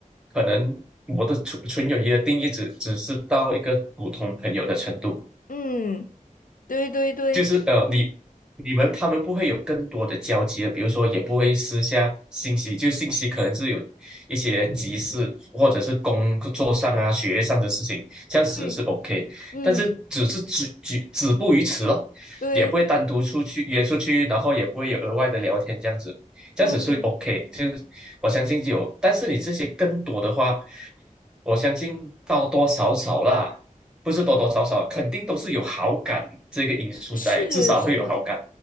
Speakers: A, in the centre; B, on the left.
A: 可能我的纯纯友谊的定义只只是到一个普通朋友的程度。
B: 嗯。对对对
A: 就是呃，你你们他们不会有更多的交集了，比如说也不会私下信息，就信息可能是有一些急事或者是工作上啊、学业上的事情，这样子是
B: 对，
A: OK，
B: 嗯，
A: 但是只是止止止步于此咯，
B: 对
A: 也不会单独出去约出去，然后也不会有额外的聊天这样子，这样子是
B: 对，
A: OK，就我相信有，但是你这些更多的话，我相信多多少少啦，不是多多少少，肯定都是有好感这个因素在，
B: 是是，
A: 至少会有好感。